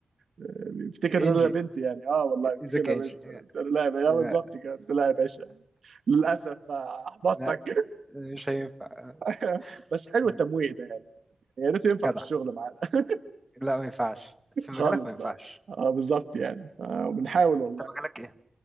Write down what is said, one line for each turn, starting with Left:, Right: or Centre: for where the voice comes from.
Right: آه، بيفتكر
Centre: انجي
Right: ان انا بنت يعني اه والله بيفتكر
Centre: ازيك
Right: ان انا
Centre: يا انجي
Right: بنت قلت له لا يا باشا آه،
Centre: آه،
Right: بالظبط كده قلت له لا يا باشا للاسف بقى احبطتك
Centre: لا مش هينفع
Right: <laughs> بس حلو
Centre: م-
Right: التمويه ده يعني يا ريت ينفع
Centre: جدع
Right: في الشغل معانا
Centre: لا ما ينفعش في
Right: خالص
Centre: مجالك ما ينفعش
Right: بقى اه بالظبط يعني آه وبنحاول
Centre: م.
Right: والله
Centre: انت مجالك ايه